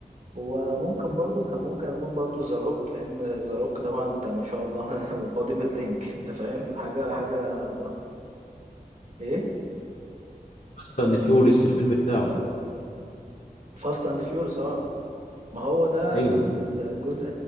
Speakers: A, on the right; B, on the left.
A: وممكن برضو كان ممكن اكون برضو ذا روك لان ذا روك طبعا انت ما شاء الله <laughs> بادي بيلدينج انت فاهم حاجه حاجه ضخمه ايه
B: فاست اند فيوريس الفيلم بتاعه
A: فاست اند فيورس اه ما هو ده
B: ايوه
A: الجزء الجزء